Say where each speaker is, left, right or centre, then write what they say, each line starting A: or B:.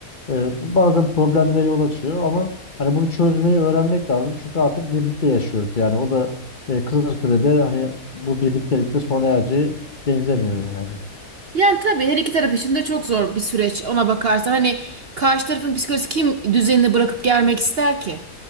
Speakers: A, on the left; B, on the right.
A: e, bazen problemlere yol açıyor ama hani bunu çözmeyi öğrenmek lazım. Çünkü artık birlikte yaşıyoruz. Yani o da e, kısa sürede hani bu birliktelikte sona ereceği benzemiyor yani.
B: Yani tabii her iki taraf için de çok zor bir süreç ona bakarsan. Hani karşı tarafın psikolojisi kim düzenini bırakıp gelmek ister ki?